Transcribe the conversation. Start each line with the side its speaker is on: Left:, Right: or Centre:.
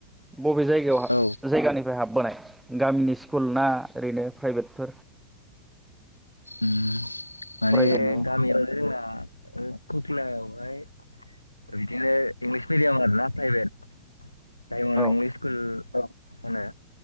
Centre: बबे जायगायाव
Left: औ
Centre: जायगानिफ्राय हाबबोनाय गामिनि स्कुल ना ओरैनो प्राइभेटफोर?
Left: उम माने
Centre: फरायजेननाया
Left: गामियावनो जोंना ओ कखिलायाव ओमफ्राय बिदिनो इंलिस मिडियाम आर ना प्राइभेट, डायमनद
Centre: औ
Left: इंलिस स्कुल औ होनो